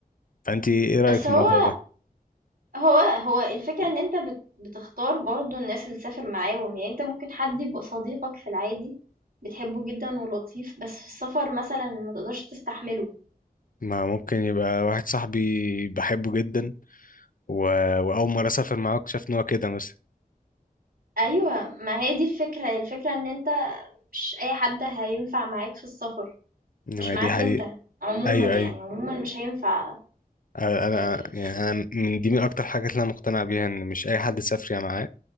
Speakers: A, on the left; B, on the right.
A: فانت ايه رايك
B: بس
A: في
B: هو
A: الموضوع ده
B: هو هو الفكرة ان انت بت- بتختار برضو الناس اللي تسافر معاهم يعني انت ممكن حد يبقى صديقك في العادي بتحبه جدا ولطيف بس في السفر مثلا ما تقدرش تستحمله
A: ما ممكن يبقى واحد صاحبي بحبه جدا و... واول مره اسافر معاه اكتشفت ان هو كده مثلا
B: ايوه ما هي دي الفكرة الفكرة ان انت مش اي حد هينفع معاك في السفر
A: ما
B: مش
A: هي
B: معاك
A: دي حقيقه
B: انت عموما
A: ايوه
B: يعني
A: ايوه
B: عموما مش هينفع
A: انا
B: آه،
A: أنا-
B: في-
A: يعني انا من دي من اكتر حاجات اللي انا مقتنع بيها ان مش اي حد سافر يا معاه